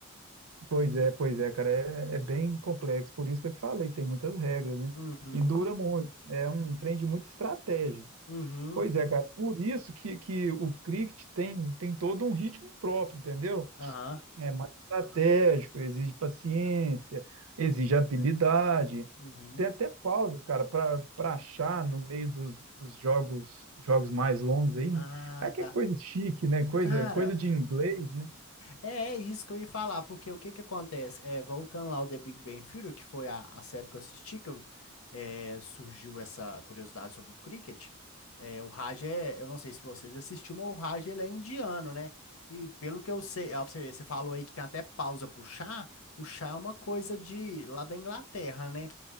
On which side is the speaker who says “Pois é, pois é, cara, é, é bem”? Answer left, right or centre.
Right